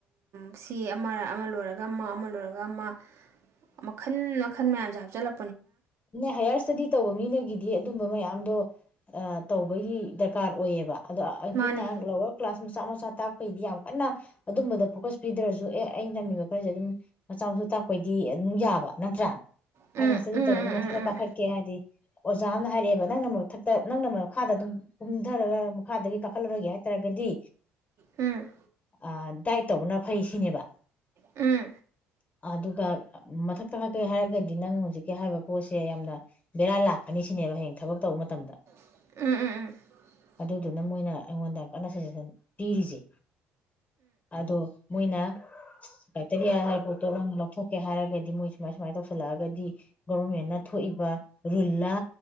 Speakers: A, on the right (about 60°); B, on the left (about 30°).
A: ꯁꯤ ꯑꯃ ꯑꯃ ꯂꯣꯏꯔꯒ ꯑꯃ ꯑꯃ ꯂꯣꯏꯔꯒ ꯑꯃ ꯃꯈꯟ ꯃꯈꯟ ꯃꯌꯥꯝꯖꯦ ꯆꯂꯣ
B: ꯍꯥꯏꯌꯥꯔ ꯏꯁꯇꯗꯤ ꯇꯧꯕ ꯃꯤꯅꯒꯤꯗꯤ ꯑꯗꯨꯝꯕ ꯃꯌꯥꯝ ꯑꯝꯗꯣ ꯑꯥ ꯇꯧꯕꯩꯗꯤ ꯗꯔꯀꯥꯔ ꯑꯣꯏꯌꯦꯕ ꯑꯗꯣ ꯑꯩꯈꯣꯏꯅ
A: ꯃꯥꯅꯦ
B: ꯂꯋꯔ ꯀ꯭ꯂꯥꯁ ꯃꯆꯥ ꯃꯆꯥ ꯇꯥꯛꯄꯩꯗꯤ ꯌꯥꯝ ꯀꯟꯅ ꯑꯗꯨꯝꯕꯗ ꯐꯣꯀꯁ ꯄꯤꯗ꯭ꯔꯁꯨ ꯑꯦ ꯑꯩꯩꯅ ꯇꯝꯃꯤꯕ ꯈꯔꯁꯦ ꯑꯗꯨꯝ ꯃꯆꯥ ꯃꯁꯨ ꯇꯥꯛꯄꯩꯗꯤ ꯑꯗꯨꯝ ꯌꯥꯕ ꯅꯠꯇ꯭ꯔꯥ
A: ꯎꯝ
B: ꯑꯩꯅꯁꯤꯗ
A: ꯎꯝ
B: ꯇꯧꯔꯒ ꯃꯊꯛꯇ
A: ꯎꯝ ꯎꯝ
B: ꯀꯥꯈꯠꯀꯦ ꯍꯥꯏꯗꯤ ꯑꯣꯖꯥ ꯑꯃꯅ ꯍꯥꯏꯔꯛꯑꯦꯕ ꯅꯪꯅ ꯃꯊꯛꯇ ꯅꯪꯅ ꯃꯈꯥꯗ ꯑꯗꯨꯝ ꯀꯨꯝꯊꯔꯒ ꯃꯈꯥꯗꯒꯤ ꯀꯥꯈꯠꯂꯔꯣꯏꯒꯦ ꯍꯥꯏꯇꯥꯔꯒꯗꯤ
A: ꯍꯝ
B: ꯑ ꯗꯥꯏꯑꯦꯠ ꯇꯧꯕꯅ ꯐꯩ ꯁꯤꯅꯦꯕ
A: ꯎꯝ
B: ꯑꯗꯨꯒ ꯃꯊꯛꯇꯈꯛꯀꯦ ꯍꯥꯏꯔꯒꯗꯤ ꯅꯪ ꯍꯧꯖꯤꯛ ꯀꯦ ꯍꯥꯏꯕ ꯄꯣꯠꯁꯦ ꯌꯥꯝꯅ ꯕꯦꯔꯥ ꯂꯥꯛꯀꯅꯤ ꯁꯤꯅꯦꯕ ꯍꯌꯦꯡ ꯊꯕꯛ ꯇꯧꯕ ꯃꯇꯝꯗ
A: ꯎꯝ ꯎꯝ ꯎꯝ
B: ꯑꯗꯨꯗꯨꯅ ꯃꯣꯏꯅ ꯑꯩꯉꯣꯟꯗ ꯀꯟꯅ ꯁꯖꯦꯁꯟ ꯄꯤꯔꯤꯖꯦ ꯑꯗꯣ ꯃꯣꯏꯅ ꯀꯥꯏꯇꯔꯤꯌꯥ ꯍꯥꯏ ꯄꯣꯠꯇꯣ ꯅꯪ ꯂꯧꯊꯣꯛꯀꯦ ꯍꯥꯏꯔꯒꯗꯤ ꯃꯣꯏ ꯁꯨꯃꯥꯏ ꯁꯨꯃꯥꯏ ꯇꯧ ꯁꯜꯂꯑꯒꯗꯤ ꯒꯣꯕꯔꯃꯦꯟꯅ ꯊꯣꯛꯏꯕ ꯔꯨꯜꯂ